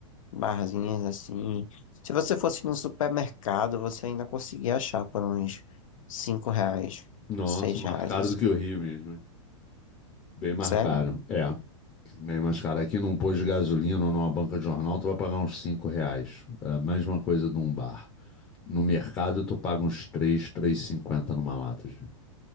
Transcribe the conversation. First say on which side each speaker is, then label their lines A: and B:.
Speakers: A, on the left; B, on the left.
A: barzinhas assim. Se você fosse num supermercado, você ainda conseguia achar por uns cinco reais,
B: Nossa,
A: seis
B: mais
A: reais,
B: caro
A: assim.
B: do que o Rio mesmo, hein? Bem mais
A: Sério?
B: caro. É, bem mais caro. Aqui num posto de gasolina ou numa banca de jornal, tu vai pagar uns 5 reais. É a mesma coisa de um bar. No mercado, tu paga uns 3, cinquenta numa lata, de-